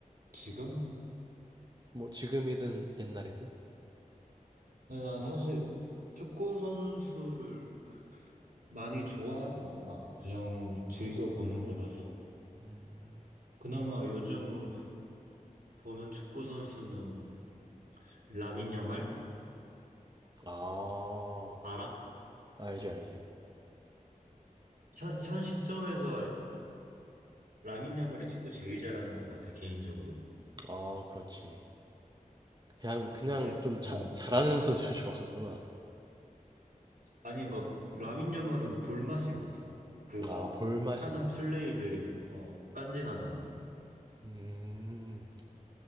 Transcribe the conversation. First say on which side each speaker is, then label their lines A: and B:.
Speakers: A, on the right; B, on the right.
A: 지금?
B: 뭐, 지금이든 옛날이든?
A: 근데 난 사실 축구 선수를 많이 좋아하진 않아. 그냥 즐겨 보는 거라서.
B: 음,
A: 그나마 요즘 보는 축구 선수는 라민 야말?
B: 아,
A: 알아?
B: 알지, 알지.
A: 현, 현 시점에서 라민 야말이 축구 제일 잘하는 것 같아, 개인적으로.
B: 아, 그렇지. 그냥, 그냥
A: 이제
B: 좀 자,
A: 어,
B: 잘하는 <laughs> 선수를 좋아하는구나.
A: 아니, 그니까 라민 야말은 볼맛이 나서 그
B: 아,
A: 막
B: 볼맛이
A: 하는
B: 난다.
A: 플레이들이 어
B: 어.
A: 깐지나잖아.
B: 음,